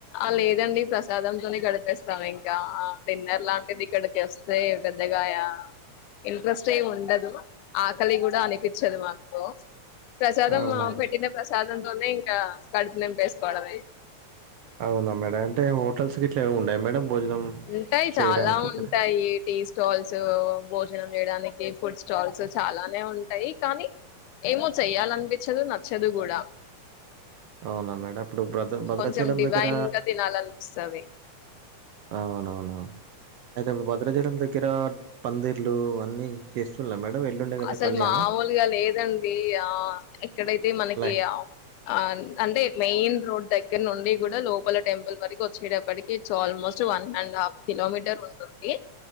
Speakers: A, on the left; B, on the right.
A: ఆ లేదండి ప్రసాదం తోనే గడిపేస్తాం ఇంకా ఆ డిన్నర్ లాంటిది ఇక్కడా చేస్తే గద్దగాయ ఇంట్రెస్ట్ ఎ ఉండదు ఆకలి కూడా అనిపించదు మాకు ప్రసాదం
B: అవునా
A: పెట్టిన ప్రసాదంతోనే ఇంకా కడుపు నింపేసుకోవడమే
B: అవునా మేడం అంటే హోటల్స్ కి ఇట్లా ఉన్నాయా మేడం భోజనం
A: ఉంటాయి
B: చేయడానికి
A: చాలా ఉంటాయిటీస్ట్
B: ఇక్కడ
A: స్టాల్స్ భోజనం చేయడానికి ఫుడ్ స్టాల్స్ చాలానే ఉంటాయి కానీ ఏమో చెయ్యాలనిపించదు నచ్చదు కూడా
B: అవునా మేడం ఇప్పుడు భద్ర భద్రాచలం
A: కొంచెం డివైన్
B: దగ్గర
A: గా తినాలనిపిస్తంది
B: అవునవును అయితే ఇప్పుడు భద్రాచలం దగ్గర పందిర్లు అన్నీ చేస్తున్నా మేడం ఎల్లుండే కదా
A: అసలు
B: కళ్యాణం
A: మామూలుగా లేదండి ఆ ఎక్కడైతే మనకి
B: లై
A: ఆ అందే మెయిన్ రోడ్ దక్ ఇ్గ నుండి కూడా లోపల టెంపుల్ వరకు వచ్చేటప్పటికి almost one and half kilometre ఉంటుంది